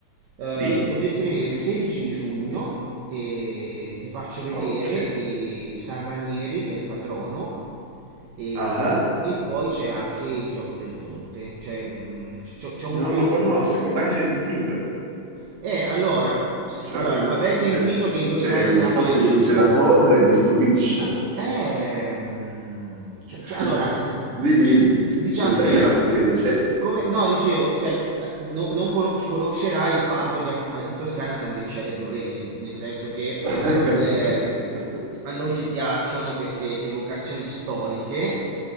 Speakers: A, on the right; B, on the right.
A: Eh,
B: Dimmi,
A: potresti venire il 16 di giugno e ti faccio vedere
B: ok.
A: i San Ranieri, che è il patrono, e,
B: Ah,
A: e poi c'è anche il gioco del ponte. Cioè, mh, c- c'ho, c'ho una...
B: non lo conosco, mai sentito.
A: Eh, allora, s-
B: Il gioco
A: allora,
B: del
A: avrei sentito che
B: ponte
A: in Toscana
B: in
A: siamo
B: un posto
A: decisi.
B: in cui c'è la torre mi stupisce.
A: Ehm, cioè-
B: <laughs>
A: cioè, allora, s-
B: Dimmi,
A: s-
B: dimmi,
A: diciamo
B: ti ho tagliato,
A: che,
B: che dicevi?
A: come, no, dicevo, cioè, eh, no- non cono- conoscerai il fatto che a- a- in Toscana siamo dei celebrolesi, nel senso che
B: <laughs>
A: eh, a noi ci piacciono queste evocazioni storiche,